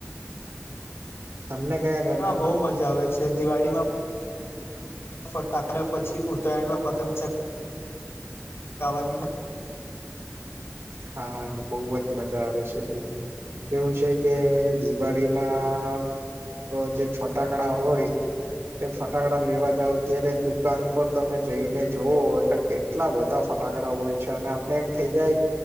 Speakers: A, on the right (about 60°); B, on the left (about 65°).
A: તમને કયા ગમે
B: હા બઉુ મજા આવે છે. તે દિવાળીમાં ફટાક્યા પછી ઉત્તરાયણમાં પતંગ ચક કવાનીમાં
A: હા બહુ જ મજા આવે છે ભાઈ કેવું છે કે દિવાળીમાં જે ફટાકડા હોય એ ફટાકડા લેવા જાવ ત્યારે દુકાન પર તમે જઈને જોવ એટલે કેટલા બધા ફટાકડા હોય છે અને આપને એમ થઇ જાય